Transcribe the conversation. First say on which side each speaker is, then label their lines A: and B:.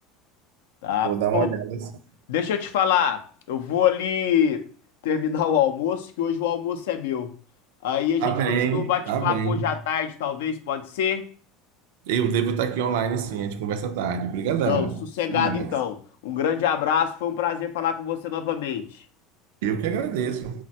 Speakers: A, on the left; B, on the right.
A: Tá?
B: Vou dar uma
A: Pô,
B: olhada assim.
A: deixa eu te falar. Eu vou ali terminar o almoço, que hoje o almoço é meu. Aí a
B: Tá
A: gente
B: bem,
A: continua o bate-papo
B: tá bem.
A: hoje à tarde, talvez, pode ser?
B: Eu devo estar aqui online sim, a gente conversa tarde. Obrigadão.
A: Não, sossegado
B: Até mais.
A: então. Um grande abraço, foi um prazer falar com você novamente.
B: Eu que agradeço.